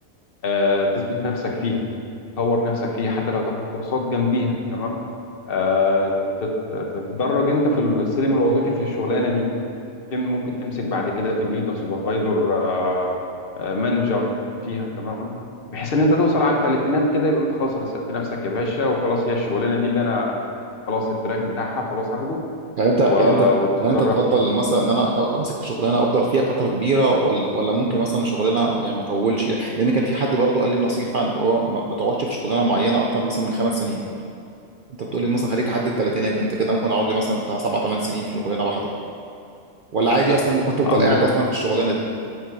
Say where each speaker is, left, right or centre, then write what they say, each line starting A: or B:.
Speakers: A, on the left; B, on the right.
A: آه، تثبت نفسك فيها تطور نفسك فيها حتى لو تاخد كورسات جنبيها تمام آه، تت- تتدرج انت في السلم الوظيفي في الشغلانه دي تم ممكن تمسك بعد كده تيم ليدر سوبرفايزر آه، آه، مانجر فيها تمام بحيث ان انت توصل على الثلاثينات كده يبقى انت خلاص رسقت نفسك يا باشا وخلاص هي الشغلانه دي اللي انا خلاص التراك بتاعها خلاص هاخده
B: يعني انت يعني
A: و-
B: انت
A: وتتدرج
B: يعني انت تفضل
A: فيها
B: مثلا ان انا امسك في شغلانه افضل فيها فتره كبيره ولا ولا ممكن مثلا شغلانه يعني ما اطولش لان كان في حد برضو قال لي نصيحه ان هو ما ما تقعدش في شغلانه معينه اكتر مثلا من خمس سنين انت بتقول لي مثلا خليك لحد الثلاثينات انت كده ممكن اقعد لي مثلا بتاع سبع ثمان سنين في شغلانه واحده ولا
A: لا
B: عادي اصلا ممكن تفضل
A: انا قصدي
B: قاعد اصلا في الشغلانه دي